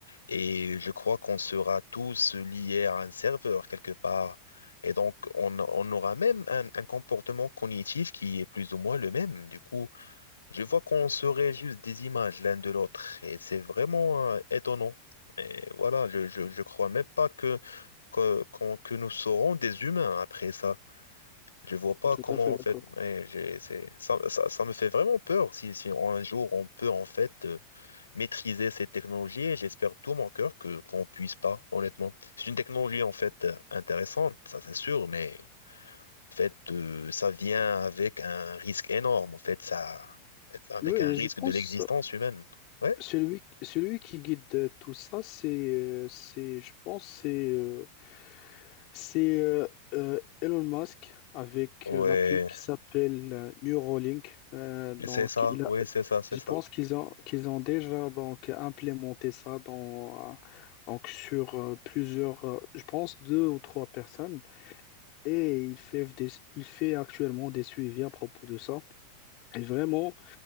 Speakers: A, on the left; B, on the left.
A: et je crois qu'on sera tous liés à un serveur quelque part. Et donc, on, on aura même un, un comportement cognitif qui est plus ou moins le même. Du coup, Je vois qu'on se réalise des images l'un de l'autre et c'est vraiment euh, étonnant. Et voilà, je, je, je crois même pas que, que, qu'on- que nous serons des humains après ça. Je vois pas
B: Tout
A: comment
B: à fait
A: en
B: d'accord.
A: fait. ouais, j'ai- c'est, ça, ça, ça me fait vraiment peur si, si un jour on peut en fait euh, maîtriser ces technologies et j'espère tout mon cœur que qu'on puisse pas, honnêtement. C'est une technologie en fait euh, intéressante, ça c'est sûr, mais. En fait, euh, ça vient avec un risque énorme, en fait, ça, avec
B: Oui,
A: un risque
B: je pense.
A: de l'existence humaine. Ouais,
B: Celui, celui qui guide euh, tout ça, c'est, euh, c'est, je pense, c'est euh, c'est euh, euh, Elon Musk avec
A: ouais,
B: euh, la puce qui s'appelle euh, Neuralink. Euh, donc,
A: c'est ça,
B: il a,
A: ouais, c'est ça, c'est
B: je
A: ça.
B: pense qu'ils ont, qu'ils ont déjà donc implémenté ça dans, euh, donc sur euh, plusieurs, euh, je pense deux ou trois personnes, et il fait des, il fait actuellement des suivis à propos de ça. Et vraiment.